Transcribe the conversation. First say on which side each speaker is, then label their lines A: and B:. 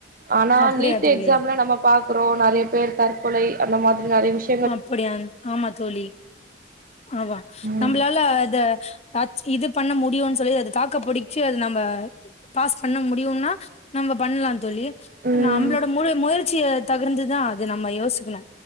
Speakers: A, on the right; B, on the left.
A: ஆனா
B: அப்படியா
A: நீட்
B: தோழி
A: எக்ஸாம்ல நம்ம பாக்கறோ நெறைய பேர் தற்கொலை அந்த மாதிரி நெறைய விஷ்
B: அப்படியா ஆமா தோழி ஆமா
A: ம்
B: நம்பளால அத <unintelligible> இது பண்ண முடியுன்னு சொல்லி அதுக்காக புடிச்சு அது நம்ப பாஸ் பண்ண முடியும்னா நம்ப பண்ணலா தோழி
A: ம்
B: நம்பளோட முள முயற்சியில தகர்ந்துதா அது நம்ம யோசிக்கணு